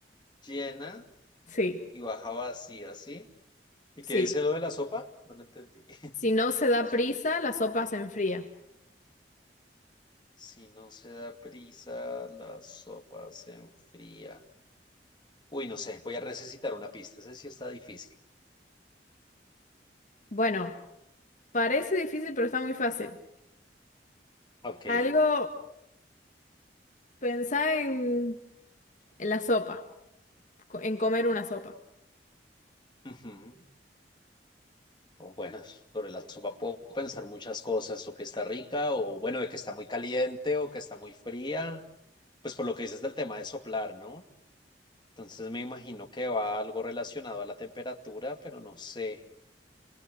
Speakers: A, on the left (about 25°); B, on the left (about 45°).
A: llena
B: Sí,
A: y baja vacía, ¿sí? ¿Y
B: sí.
A: qué dice lo de la sopa? No lo entendí. <laughs>
B: Si no se da
A: Su-
B: prisa, la sopa se enfría.
A: Si no se da prisa, la sopa se enfría. Uy, no sé, voy a necesitar una pista. Ese sí está difícil.
B: Bueno, parece difícil, pero está muy fácil.
A: Ok.
B: Algo, pensá en, en la sopa, co- en comer una sopa.
A: ujú. O bueno, sobre la sopa puedo pensar muchas cosas, o que está rica, o bueno, de que está muy caliente, o que está muy fría. Pues por lo que dices del tema de soplar, ¿no? Entonces me imagino que va algo relacionado a la temperatura, pero no sé.